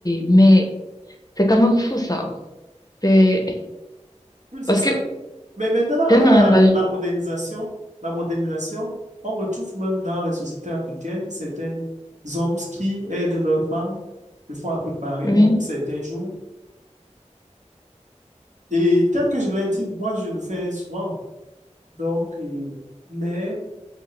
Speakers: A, on the left; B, on the right.
A: Mais c'est quand même fou ça. C'est
B: Oui, c'est
A: parce
B: ça.
A: que
B: Mais maintenant, avec
A: c'est un
B: la,
A: engagement.
B: la modernisation, la modernisation, on retrouve même dans les sociétés africaines certains hommes qui aident leurs femmes, des fois à préparer
A: Oui.
B: même certains jours. Et tel que je l'ai dit, moi, je le fais souvent. Donc, euh, mais